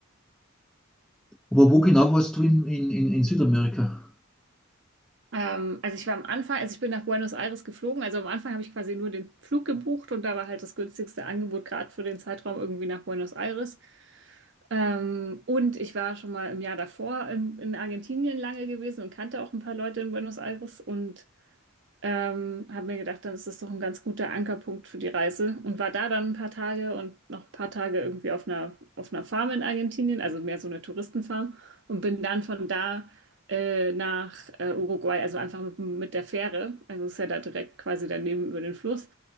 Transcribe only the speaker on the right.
ähm, also ich war am Anfang, also ich bin nach Buenos Aires geflogen, also am Anfang habe ich quasi nur den Flug gebucht und da war halt das günstigste Angebot gerade für den Zeitraum irgendwie nach Buenos Aires. Ähm, und ich war schon mal im Jahr davor in, in Argentinien lange gewesen und kannte auch ein paar Leute in Buenos Aires und Ähm, habe mir gedacht, dann ist das doch ein ganz guter Ankerpunkt für die Reise und war da dann ein paar Tage und noch ein paar Tage irgendwie auf einer, auf einer Farm in Argentinien, also mehr so eine Touristenfarm und bin dann von da äh, nach äh, Uruguay, also einfach mit, mit der Fähre, also ist ja da direkt quasi daneben über den Fluss